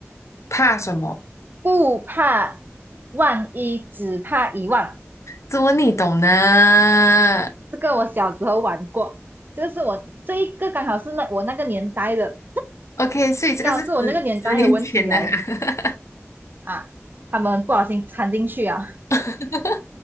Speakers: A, on the left; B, on the right.
A: 怕什么？
B: 不怕万一，只怕一万。
A: 这问你懂呢
B: 这个我小时候玩过，这是我这一个刚好是那我那个年代的，
A: ？OK，所以这个是十十年前的哈。
B: 刚好是我那个年代的问题来了啊。他们不小心掺进去啊，
A: <laughs>